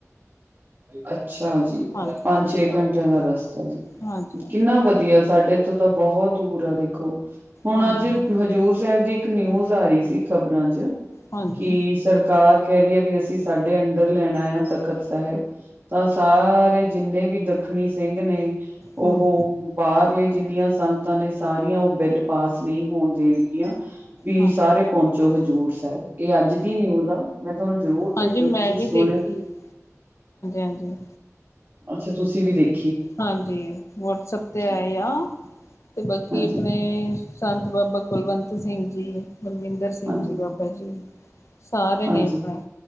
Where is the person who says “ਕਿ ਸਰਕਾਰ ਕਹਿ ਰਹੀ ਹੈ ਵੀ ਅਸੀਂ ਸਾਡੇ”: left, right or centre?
Right